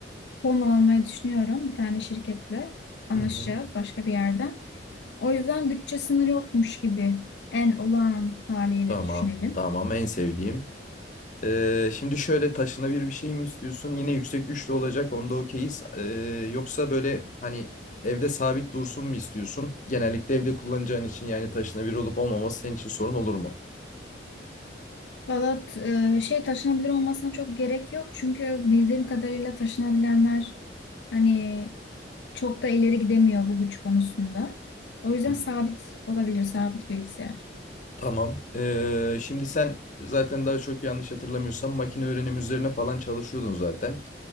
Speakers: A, on the left; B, on the left.
A: Fon almayı düşünüyorum bir tane şirketle anlaşacağız
B: Hı hı.
A: başka bir yerden. O yüzden bütçe sınırı yokmuş gibi en olağan haliyle
B: Tamam,
A: düşünelim.
B: tamam. En sevdiğim. Ee, şimdi şöyle taşınabilir bir şey mi istiyorsun? Yine yüksek güçlü olacak. Onda okeyiz. Ee, yoksa böyle hani evde sabit dursun mu istiyorsun? Genellikle evde kullanacağın için yani taşınabilir olup olmaması senin için sorun olur mu?
A: Valla t- e, şey taşınabilir olmasına çok gerek yok çünkü bildiğim kadarıyla taşınabilenler hani çok da ileri gidemiyor bu güç konusunda. O yüzden
B: Hı.
A: sabit olabilir sabit bilgisayar.
B: Tamam. Ee, şimdi sen zaten daha çok yanlış hatırlamıyorsam makine öğrenim üzerine falan çalışıyordun zaten.